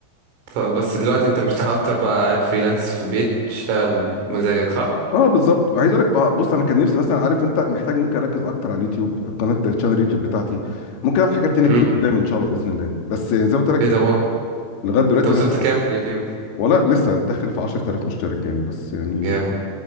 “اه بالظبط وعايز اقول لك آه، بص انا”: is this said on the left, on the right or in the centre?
Left